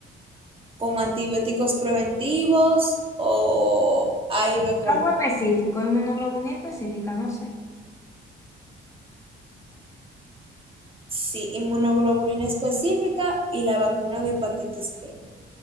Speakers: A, on the right (about 25°); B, on the left (about 15°).
A: con antibióticos preventivos o AIB correcta.
B: Algo específico, inmunoglobulina específica, no sé.
A: Sí, inmunoglobulina específica y la vacuna de hepatitis B.